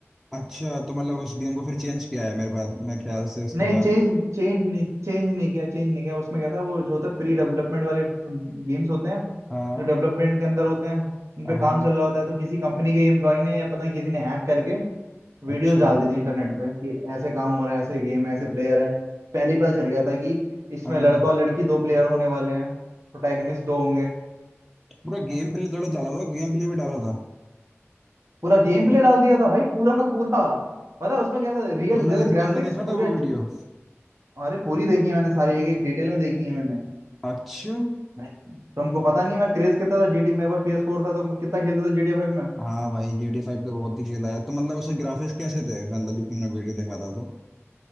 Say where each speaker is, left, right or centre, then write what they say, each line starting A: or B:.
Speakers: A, in the centre; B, on the right.
A: अच्छा तो मतलब उस गेम को फिर चेंज किया है मेरे बाद मेरे ख्याल से उसके
B: नहीं
A: बाद
B: चेंज चेंज नहीं चेंज नहीं किया चेंज नहीं किया उसमें क्या था वो जो होता है प्री डेवलपमेंट वाले गेम्स होते हैं
A: हाँ
B: जो डेवलपमेंट के अंदर होते हैं उन
A: हाँ
B: पे काम चल रहा होता है तो किसी कंपनी के एम्प्लॉय ने या पता नहीं किसी ने हैक करके वीडियोस
A: अच्छा
B: डाल दी थी इंटरनेट पे कि ऐसे काम हो रहा है ऐसे गेम है ऐसे प्लेयर हैं पहले ही पता चल गया था कि इसमें
A: हाँ
B: लड़का और लड़की दो प्लेयर होने वाले हैं प्रोटैगनिस्ट दो होंगे
A: पूरा गेम प्ले थोड़ा डाला था गेम प्ले भी डाला था
B: पूरा गेम प्ले डाल दिया था भाई पूरा का पूरा पता है उसमें कैसा रियल
A: तुमने
B: जैसे ग्राफिक्स
A: तुमने देखा
B: पूरे
A: था वो
B: अच्छे
A: वीडियो
B: अरे पूरी देखी है मैंने सारी एक एक डिटेल में देखी है मैंने
A: अच्छा
B: नहीं, तुमको पता नहीं मैं क्रेज कितना था जीटी मेरे पास पीएस फोर था तो मैं कितना खेलते थे जीटी फाइव में
A: हाँ भाई जी टी फाइव का बहुत ही खेला है तो मतलब उसके ग्राफिक्स कैसे थे मतलब जो तुमने वीडियो देखा था तो